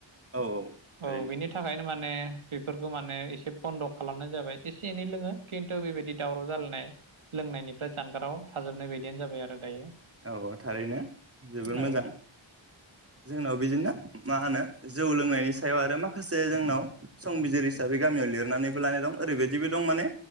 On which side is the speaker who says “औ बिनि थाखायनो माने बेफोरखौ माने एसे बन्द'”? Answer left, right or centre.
Right